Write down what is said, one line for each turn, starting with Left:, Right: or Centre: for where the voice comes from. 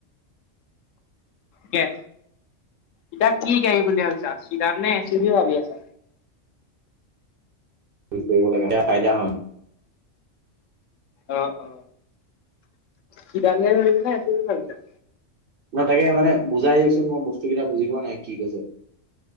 Left: কে ইতাক কি গাড়ী বুলি ভাবিছা চিতাৰ নে ছিবিও ভাবি আছা।
Right: হি কৰিব লাগে <unintelligible> ফাইদা হন
Left: অ অ কিডাৰ ভাবিছানে এচিবি ভাবিছা।
Right: মই তাকে মানে বুজাই দিয়কচোন মই বস্তুবিলাক বুজি পোৱা নাই কি কৈছে?